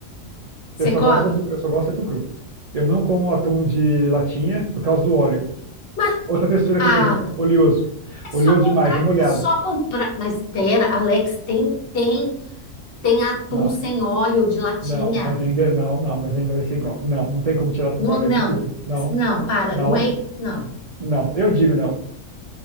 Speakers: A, on the left (about 50°); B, on the right (about 80°).
A: você
B: Eu só
A: come?
B: gosto de atum, eu só gosto de atum cru. Eu não como atum de latinha por causa do óleo.
A: Mas,
B: Outra textura
A: ah,
B: que é nojenta. Oleoso.
A: é só
B: Oleoso
A: comprar,
B: demais, é molhado.
A: é só comprar. Mas pera, Alex, tem, tem, tem atum
B: Não,
A: sem óleo de latinha.
B: não, mas ainda não, não, mas ainda vai ser igual. Não, não tem como tirar
A: Não,
B: do óleo, é
A: não,
B: impossível. Não,
A: não, para,
B: não,
A: não é, não.
B: não. Eu digo não.